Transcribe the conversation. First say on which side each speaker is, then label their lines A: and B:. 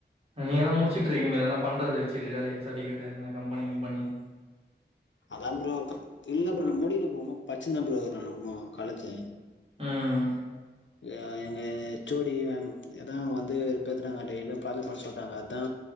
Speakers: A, on the right; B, on the left.
A: நீங்க தா முடிச்சிட்ருக்கீங்களே எதனா பண்றது வெச்சிட்டு வேலைய சர்டிவிகேட்டோ இந்தமாரி கம்பனி கிம்பனி
B: அதா ப்ரோ இல்ல ப்ரோ முடில ப்ரோ இன்னு பச்சின்னு ப்ரோ நா இன்னு காலேஜு
A: ம்
B: ஏங்க ஹெச் ஒ டி மேம் அதா வந்து வெறுப்பேத்துறாங்க டெய்லியு ப்ராஜெட் பண்ண சொல்ராங்க அதா